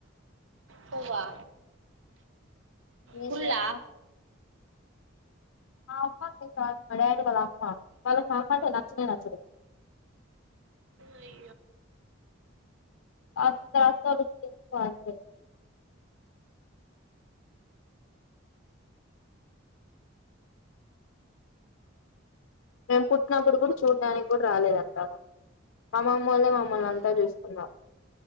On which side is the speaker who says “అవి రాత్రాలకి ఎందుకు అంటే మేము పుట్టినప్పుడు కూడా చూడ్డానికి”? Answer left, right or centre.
Left